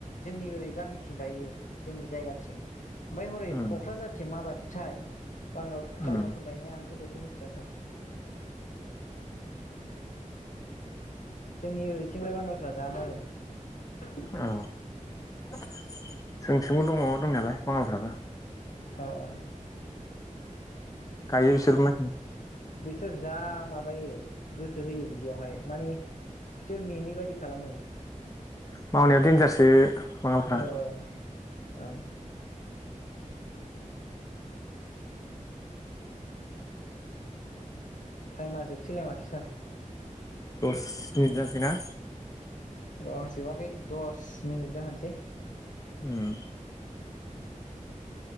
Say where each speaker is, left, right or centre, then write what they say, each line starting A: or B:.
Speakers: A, on the left (about 70°); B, on the left (about 25°).
A: जोंनि ओरै गामिथिं गायो जोंनि जायगाथिं ओमफाय हरै
B: उम
A: क'क्राझारथिं माबादि थाय बांगाल
B: उम
A: बांगालफोर गायनाया आंथ' बेखौ मिथि आ सोर जोंनि ओरैथिंलाय बांगालफ्रा जा मावो
B: औ जोंथिंबो दङ दंनायालाय बाङालफ्राबो
A: अ अ
B: गायो बिसोरनो
A: बिसोर जा माबायो गोसो होयो बिदियावहाय माने बिसोर मेङै बायदि खालामो
B: मावनायाव देनजारसो माबाफ्रा
A: औ औ औ टाइमा जोबसैलाय माथो सो
B: दस मिनिट जासैना
A: र जोबाखै दस मिनिट जाहोनोसै
B: उम